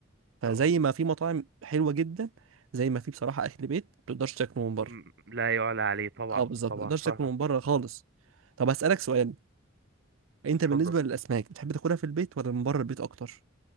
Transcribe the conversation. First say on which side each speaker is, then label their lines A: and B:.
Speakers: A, on the right (about 85°); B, on the right (about 60°).
A: فزي
B: طبعا
A: ما في مطاعم حلوه جدا زي ما في بصراحه اكل بيت ما تقدرش تاكله من بره
B: م- لا يعلى عليه طبعا
A: اه بالظبط
B: طبعا
A: ما تقدرش
B: فاهمك
A: تاكله من بره خالص طب هسألك سؤال انت
B: اتفضل
A: بالنسبه للاسماك بتحب تاكلها في البيت ولا من بره البيت اكتر